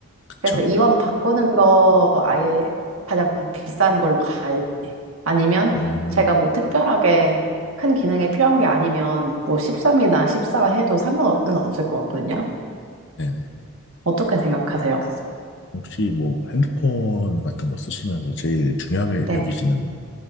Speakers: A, on the left (about 50°); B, on the right (about 70°).
A: 그쵸.
B: 그래서 이왕 바꾸는 거 아예 가장 비싼 걸로 갈지 아니면
A: 음,
B: 제가 뭐 특별하게 큰 기능이 필요한 게 아니면 뭐 13이나 14 해도 상관은 없을 것 같거든요.
A: 네네.
B: 어떻게 생각하세요?
A: 혹시 뭐 핸드폰 같은 거 쓰시면서 제일 중요하게
B: 네.
A: 여기시는